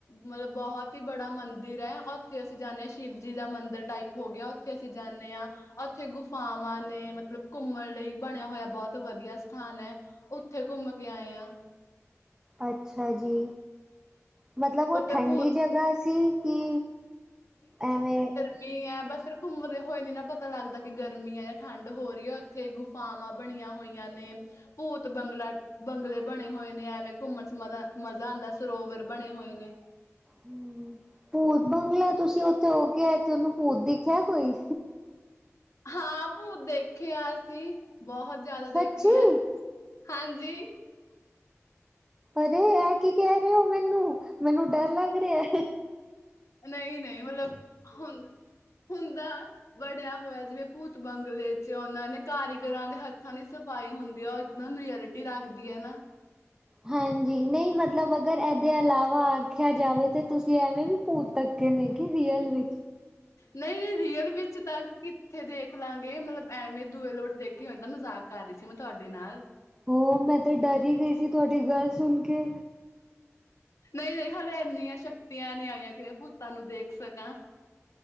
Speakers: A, on the left (about 80°); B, on the right (about 15°).
A: ਮਤਲਬ ਬੋਹਤ ਈ ਬੜਾ ਮੰਦਿਰ ਐ ਓ ਥੇ ਅਸੀਂ ਜਾਨੇ ਆ ਸ਼ਿਵਜੀ ਦਾ ਮੰਦਰ ਟਾਈਪ ਹੋ ਗਿਆ ਓੱਥੇ ਅਸੀਂ ਜਾਨੇ ਆ। ਓੱਥੇ ਗੁਫਾਵਾਂ ਨੇ ਮਤਲਬ ਘੁੰਮਣ ਲਈ ਬਣਿਆ ਹੋਇਆ ਬੋਤ ਵਦੀਆ ਸਥਾਨ ਐ। ਉੱਥੇ ਘੁੰਮ ਕੇ ਆਏ ਆ।
B: ਅੱਛਾ ਜੀ। ਮਤਲਬ ਉਹ
A: ਉੱਥੇ
B: ਠੰਡੀ
A: ਭੂਤ
B: ਜਗ੍ਹਾ ਸੀ ਕਿ ਐਵੇਂ
A: ਮੀਂਹ ਐ ਬਸ ਫਿਰ ਘੁੰਮਦੇ ਹੋਏ ਨੀ ਨਾ ਪਤਾ ਲੱਗਦਾ ਕਿ ਗਰਮੀ ਐ ਜਾਂ ਠੰਡ ਹੋ ਰੀ ਐ ਉੱਥੇ ਗੁ ਫਾਵਾਂ ਬਣੀਆਂ ਹੋਈਆਂ ਨੇ। ਭੂਤ ਬੰਗਲਾ ਬੰਗਲੇ ਬਣੇ ਹੋਏ ਨੇ ਐਵੇਂ ਘੁੰਮਣ ਚ ਮਜਾ ਮਜ਼ਾ ਆਂਦਾ ਸਰੋਵਰ ਬਣੇ ਹੋਏ ਨੇ
B: ਹੂੰ ਭੂਤ ਬੰਗਲਾ ਤੁਸੀਂ ਉੱਥੋਂ ਹੋ ਕੇ ਆਏ ਤੋਨੂੰ ਭੂਤ ਦਿਖਿਆ ਕੋਈ।
A: ਹਾਂ ਭੂਤ ਦੇਖੇ ਆਂ ਅਸੀਂ ਬੋਹਤ ਜ਼ਾਦਾ
B: ਸੱਚੀ
A: ਦੇਖੇ ਆ। ਹਾਂਜੀ।
B: ਅਰੇ ਐ ਕੀ ਕੈ ਰੇ ਓ ਮੈਨੂੰ, ਮੈਨੂੰ ਡਰ ਲੱਗ ਰਿਆ।
A: ਨਈ ਨਈ ਮਤਲਬ ਹੁਣ ਹੁੰਦਾ। ਬਣਿਆ ਹੋਇਆ ਜਿਵੇਂ ਭੂਤ ਬੰਗਲੇ ਚ ਉਨਾਂ ਨੇ ਕਾਰੀਗਰਾਂ ਦੇ ਹੱਥਾਂ ਦੀ ਸਫ਼ਾਈ ਹੁੰਦੀ ਆ ਓ ਇਕ ਮੈਮ ਰਿਆਂਲਟੀ ਲੱਗਦੀ ਐ ਨਾ।
B: ਹਾਂਜੀ ਨਈ ਮਤਲਬ ਅਗਰ ਐਦੇ ਇਲਾਵਾ ਆਖਿਆ ਜਾਵੇ ਤਾਂ ਤੁਸੀਂ ਐਵੇਂ ਵੀ। ਭੂਤ ਤੱਕੇ ਨੇ ਕਿ ਰੀਅਲ ਵੀ
A: ਨਈ ਨਈ ਰੀਅਲ ਵਿੱਚ ਤਾਂ ਕਿੱਥੇ ਦੇਖ ਲਾਂਗੇ ਮਤਲਬ ਐਵੇਂ ਦੂਏ ਲੋਟ ਦੇਖੇ ਹੋਣ ਤਾਂ ਮਜ਼ਾ ਕਰ ਰੀ ਸੀ ਮੈਂ ਤੁਆਡੇ ਨਾਲ।
B: ਹੋ ਮੈਂ ਤੇ ਡਰ ਈ ਗਈ ਸੀ ਤੁਆਡੀ ਗੱਲ ਸੁਣ ਕੇ।
A: ਨਈ-ਨਈ ਹਾਲੇ ਇੰਨੀਆਂ ਸ਼ਕਤੀਆਂ ਨਈ ਆਈਆਂ ਕਿ ਮੈਂ ਭੂਤਾਂ ਨੂੰ ਦੇਖ ਸਕਾਂ।